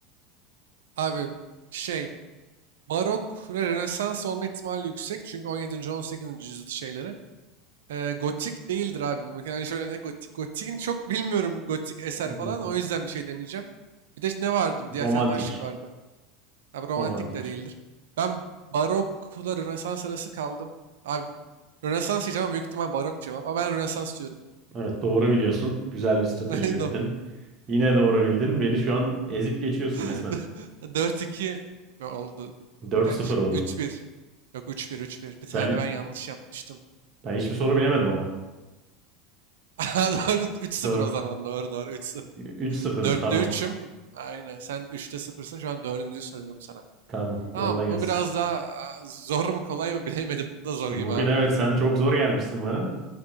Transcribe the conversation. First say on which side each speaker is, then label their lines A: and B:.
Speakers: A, on the right (about 75°); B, on the right (about 35°).
A: Abi şey barok ve rönesans olma ihtimali yüksek. Çünkü 17. 18. yüzyıl şeyleri. Ee, gotik değildir abi. Mesela şöyle ne gotik? Gotik'in çok bilmiyorum gotik eser
B: Hı hı.
A: falan. O yüzden bir şey demeyeceğim. Bir de ne vardı? Bir
B: Romantik.
A: diğer tane de aşık vardı. Abi romantik
B: Romantik.
A: de değildir. Ben barokla rönesans arası kaldım. Abi rönesans diyeceğim ama büyük ihtimal barok cevap. Ama ben rönesans diyorum.
B: Evet doğru biliyorsun. Güzel bir strateji
A: <laughs>
B: yürüttün.
A: Doğru.
B: Yine doğru bildin. Beni şu an ezip geçiyorsun
A: <laughs>
B: resmen.
A: Dört iki oldu.
B: Dört
A: Kaç?
B: sıfır oldu.
A: üç bir Yok üç bir üç bir Bir tane
B: Ben
A: de ben yanlış yapmıştım.
B: ben hiçbir soru bilemedim ama.
A: <laughs> Doğru 3-0
B: Doğru.
A: o zaman. Doğru doğru 3-0.
B: üç, 0
A: 4'te
B: mı? Tamam.
A: 3'üm. Aynen. Sen üçte 0'sın. Şu an dördüncü soruyorum sana.
B: Tamam.
A: Tamam
B: Yolla gelsin.
A: bu biraz daha aa, zor mu kolay mı bilemedim. Bu da zor
B: Bugün
A: gibi abi
B: evet
A: ya.
B: sen çok zor gelmişsin bana.